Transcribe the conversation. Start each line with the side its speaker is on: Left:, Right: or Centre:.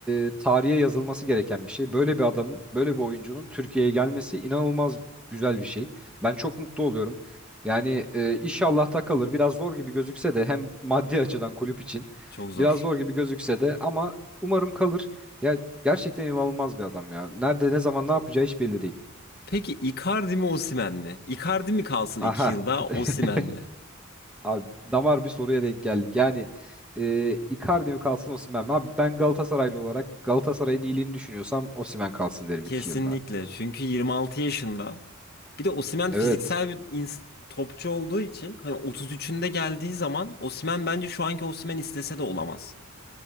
Centre: e, tarihe yazılması gereken bir şey. Böyle bir adamın, böyle bir oyuncunun Türkiye'ye gelmesi inanılmaz güzel bir şey. Ben çok mutlu oluyorum. Yani e, inşallah da kalır. Biraz zor gibi gözükse de hem maddi açıdan kulüp için
Left: Çok zor.
Centre: biraz zor gibi gözükse de ama umarım kalır. Ya gerçekten inanılmaz bir adam ya. Nerede, ne zaman, ne yapacağı hiç belli değil.
Left: Peki Icardi mi Osimhen mi? Icardi mi kalsın
Centre: Aha.
Left: 2 yılda,
Centre: <laughs>
Left: Osimhen mi?
Centre: Abi damar bir soruya denk geldik. Yani e, Icardi mi kalsın Osimhen mi? Abi ben Galatasaraylı olarak Galatasaray'ın iyiliğini düşünüyorsam Osimhen kalsın derim
Left: Kesinlikle.
Centre: 2 yılda.
Left: Çünkü 26 yaşında. Bir de Osimhen
Centre: Evet.
Left: fiziksel bir ins- topçu olduğu için hani 33'ünde geldiği zaman Osimhen bence şu anki Osimhen istese de olamaz.